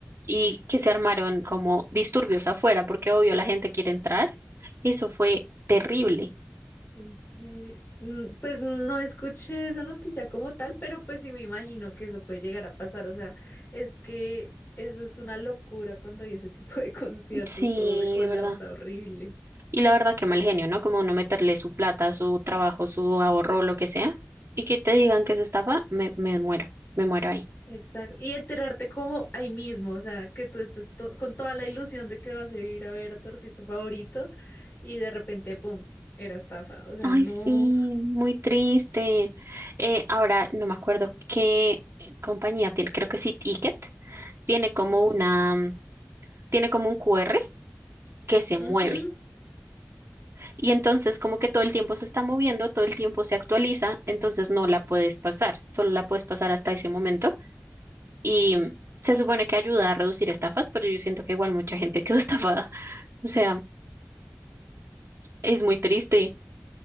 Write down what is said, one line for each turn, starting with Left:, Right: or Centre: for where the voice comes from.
Right: y que se armaron como disturbios afuera, porque obvio la gente quiere entrar. Eso fue terrible.
Left: En serio. Mm, Pues no escuché esa noticia como tal, pero pues sí me imagino que eso puede llegar a pasar. O sea, es que eso es una locura cuando hay ese tipo de <laughs> conciertos,
Right: Sí,
Left: todo se colapsa
Right: de verdad.
Left: horrible.
Right: Y la verdad que mal genio, ¿no? Como uno meterle su plata, su trabajo, su ahorro, lo que sea, y que te digan que es estafa, me, me muero, me muero ahí.
Left: Exacto. Y enterarte como ahí mismo, o sea, que tú estés to- con toda la ilusión de que vas a ir a ver a tu artista favorito y de repente, pum, era estafa. O sea,
Right: Ay,
Left: no.
Right: sí, muy triste. Eh, ahora no me acuerdo qué compañía tiene, creo que sí Ticket, tiene como
Left: Ujú.
Right: una, mm, tiene como un QR que se
Left: Ujú.
Right: mueve. Y entonces como que todo el tiempo se está moviendo, todo el tiempo se actualiza, entonces no la puedes pasar, solo la puedes pasar hasta ese momento. Y mm, se supone que ayuda a reducir estafas, pero yo siento que igual mucha gente quedó <laughs> estafada. O sea, es muy triste.